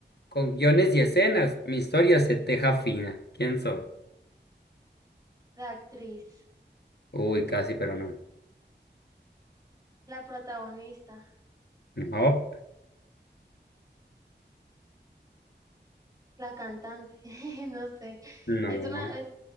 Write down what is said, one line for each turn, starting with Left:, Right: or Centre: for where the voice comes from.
Left: Con guiones y escenas, mi historia se teja fina. ¿Quién soy?
Right: la actriz,
Left: Uy, casi, pero no.
Right: la protagonista,
Left: No,
Right: la cantante, <laughs> no sé.
Left: no.
Right: ¿Es una, es